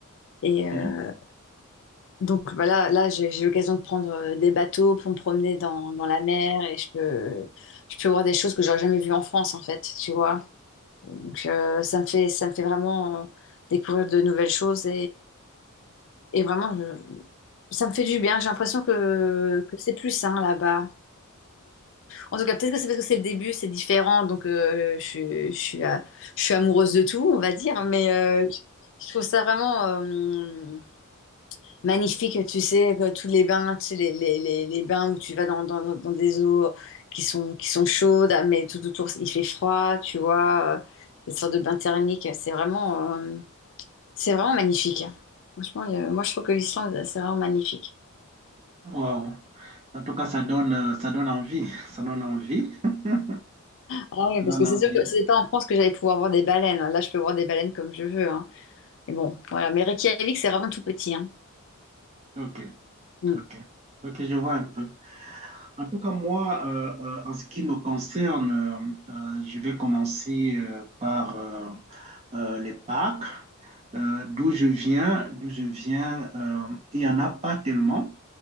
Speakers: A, on the left (about 60°); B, on the right (about 30°).
A: Et
B: ok.
A: euh, donc, bah là, là j'ai j'ai l'occasion de prendre euh, des bateaux pour me promener dans, dans la mer et je peux, je peux voir des choses que j'aurais jamais vues en France, en fait, tu vois. Donc, euh, ça me fait, ça me fait vraiment euh, découvrir de nouvelles choses Et vraiment, je- ça me fait du bien. J'ai l'impression que, que c'est plus sain là-bas. En tout cas, peut-être que c'est parce que c'est le début, c'est différent. Donc, euh, je, suis, je suis à- je suis amoureuse de tout, on va dire. Mais euh, je trouve ça vraiment euh, magnifique, tu sais, que tous les bains, tu sais, les, les, les, les bains où tu vas dans, dans, dans des eaux qui sont, qui sont chaudes, mais tout autour, il fait froid, tu vois. euh, Des sortes de bains thermiques. C'est vraiment. euh, c'est vraiment magnifique. hein. Franchement, le- moi je trouve que l'Islande, c'est vraiment magnifique.
B: Wow. En tout cas, ça donne, euh, ça donne envie. <laughs> Ça donne envie. <laughs>
A: Ah oui,
B: Ça
A: parce
B: donne
A: que c'est
B: envie.
A: sûr que c'était pas en France que j'allais pouvoir voir des baleines. Là, je peux voir des baleines comme je veux. hein. Mais bon, voilà. Mais Reykjavik, c'est vraiment tout petit. hein.
B: Ok,
A: Mm.
B: ok. Ok, je vois un peu. En tout cas, moi, euh, euh, en ce qui me concerne, euh, euh, je vais commencer euh, par euh, euh, les parcs. Euh, d'où je viens, d'où je viens, euh, il n'y en a pas tellement.